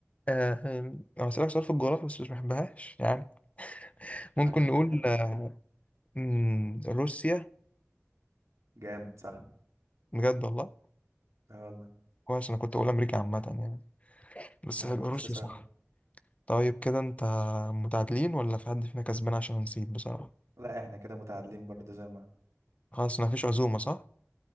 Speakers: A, on the left; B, on the right.
A: آه أنا هسألك سؤال في الجغرافيا بس مش بحبهاش يعني ممكن
B: <laughs>
A: نقول آه مم، روسيا
B: جامد صح
A: بجد والله
B: اه والله
A: كويس انا كنت اقول امريكا عامه يعني بس
B: لا
A: حلو
B: روسيا
A: روسيا
B: صح
A: صح طيب كده انت متعادلين ولا في حد فينا كسبان عشان نسيت بصراحه
B: لا احنا كده متعادلين برضه زي ما احنا.
A: خلاص ما فيش عزومه صح